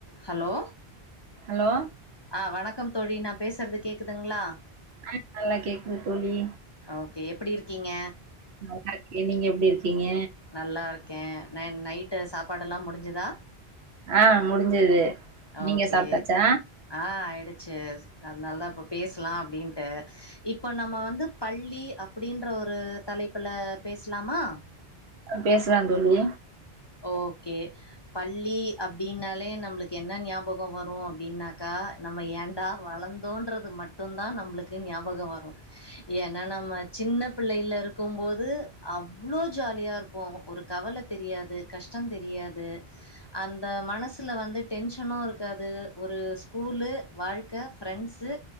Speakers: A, on the left; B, on the right.
A: Hello
B: hello
A: ஆவணக்கம் தோழி நா பேசுறது கேக்குதுங்களா
B: ஆ நல்லா கேக்குது தோழி
A: ஓகே எப்டி இருக்கீங்க
B: நல்லாருக்கே நீங்க எப்டி இருக்கீங்க
A: நல்லாருக்கே ந நைட்டு சாப்பாடெல்லா முடிஞ்சுதா
B: ஆ முடிஞ்சது நீங்க
A: ஓகே
B: சாப்ட்டாச்சா
A: ஆ ஆய்டுச்சு அதனால தா இப்ப பேசலான் அப்டின்ட்டு இப்ப நம்ம வந்து பள்ளி அப்டின்ற ஒரு தலைப்புல பேசலாமா
B: பேசலா தோழி
A: ஓகே பள்ளி அப்டின்னாலே நம்ளுக்கு என்ன ஞாபகோ ‌வரு அப்டின்னாக்கா நம்ம ஏன்டா வளந்தோன்றது மட்டுந்தா நம்ளுக்கு ஞாபகோ வரு ஏனா நம்ம சின்ன பிள்ளைல இருக்கும்போது அவ்ளோ ஜாலியாருப்போ ஒரு கவல தெரியாது கஷ்டோ தெரியாது அந்த மனசுல வந்து டென்ஷனு இருக்காது ஒரு ஸ்கூலு வாழ்க்க ஃப்ரெண்ட்ஸு